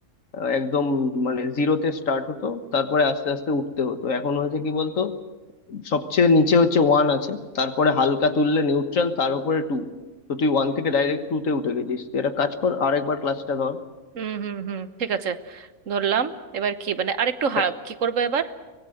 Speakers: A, on the left (about 80°); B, on the right (about 75°).
A: আহ, একদম মানে জিরোতে স্টার্ট হতো তারপরে আস্তে আস্তে উঠতে হতো এখন হয়েছে কি বলতো সবচেয়ে নিচে হচ্ছে ওয়ান আছে তারপরে হালকা তুললে নিউট্রাল তার উপরে টু তো তুই ওয়ান থেকে ডাইরেক্ট টু তে উঠে গেছিস তুই একটা কাজ কর আর একবার ক্লাসটা ধর
B: হুম হুম হুম ঠিক আছে ধরলাম এবার কি মানে আরেকটু
A: প্যা-
B: হা- কি করবো এবার